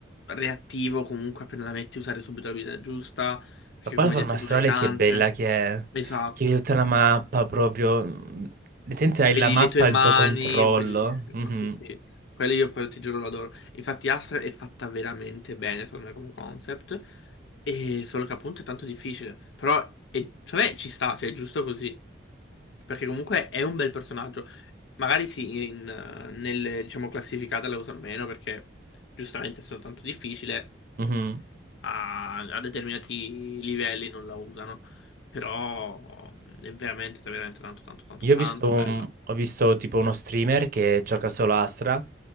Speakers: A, on the left (about 70°); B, on the right (about 50°).
A: reattivo comunque appena la metti, usare subito l'abilità giusta, perché
B: Ma poi
A: come
B: la forma
A: hai detto
B: astrale
A: tu ne hai tante.
B: che bella che è,
A: Esatto.
B: che vedi tutta la mappa proprio. Letteralmente hai
A: Vedi
B: la mappa
A: le tue
B: al
A: mani,
B: tuo controllo.
A: bellissimo,
B: Mhm,
A: sì sì. Quello io, quello ti giuro, lo adoro. Infatti Astra è fatta veramente bene, secondo me, come concept. E solo che appunto è tanto difficile. Però, e, secondo me ci sta, cioè è giusto così. Perché comunque è un bel personaggio. Magari sì, in, eh, nelle, diciamo, classificate la usano meno perché giustamente sono tanto difficile,
B: mhm.
A: a, a determinati livelli non la usano. Però è veramente, veramente tanto, tanto, tanto,
B: Io
A: tanto
B: ho visto, un-
A: bella.
B: ho visto tipo uno streamer che gioca solo Astra,